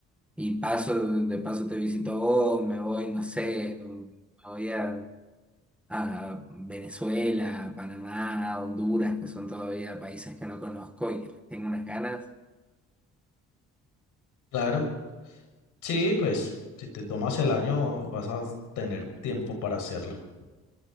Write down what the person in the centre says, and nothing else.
Y paso, de paso te visito vos, me voy, no sé, me voy a, a Venezuela, Panamá, Honduras, que son todavía países que no conozco y que tengo unas ganas.